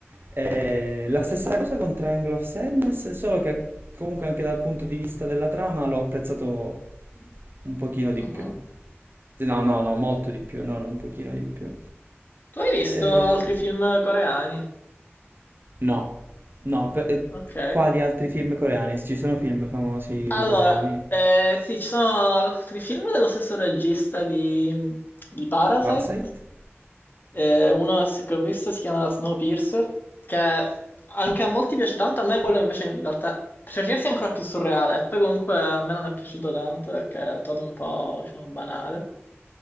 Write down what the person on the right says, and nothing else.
Eh, la stessa cosa con Triangle of Sadness, solo che comunque anche dal punto di vista della trama l'ho apprezzato un pochino di
più. No, no, no, molto di più, no, no, un pochino di più.
Eh,
no, no, per- eh,
quali altri film coreani? Ci sono film famosi
coreani?
Parasite?